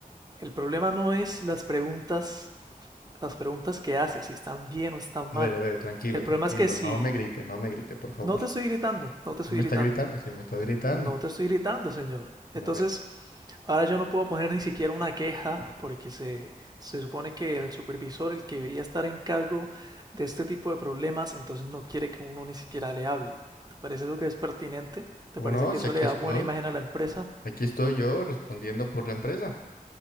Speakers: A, on the right; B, on the left.
A: El problema no es las preguntas, las preguntas que haces, si están bien o están mal.
B: A ver, a ver, tranquilo,
A: El
B: tranquilo.
A: problema es que si
B: No me grite, no me grite, por favor.
A: no te estoy gritando, no te
B: Si
A: estoy
B: me
A: gritando,
B: está gritando, si me está gritando.
A: no te estoy gritando, señor. Entonces,
B: A ver.
A: ahora yo no puedo poner ni siquiera una queja porque se, se supone que el supervisor, el que debería estar en cargo de este tipo de problemas, entonces no quiere que uno ni siquiera le hable. ¿Te parece eso que es pertinente? ¿Te
B: Como
A: parece
B: no?
A: que
B: Si
A: eso
B: aquí
A: le da
B: estoy,
A: buena imagen a la empresa?
B: aquí estoy yo respondiendo por la empresa.